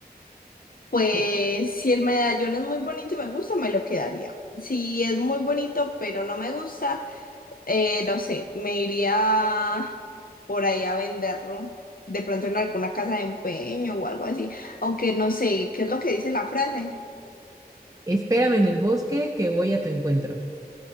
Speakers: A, on the left; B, on the right.
A: Pues
B: Eh,
A: si el medallón es muy bonito y me gusta, me lo quedaría. Si es muy bonito pero no me gusta, eh, no sé, me iría por ahí a venderlo. De pronto en alguna casa de empeño o algo así. Aunque no sé, ¿qué es lo que dice la frase?
B: Espérame en el bosque que voy a tu encuentro.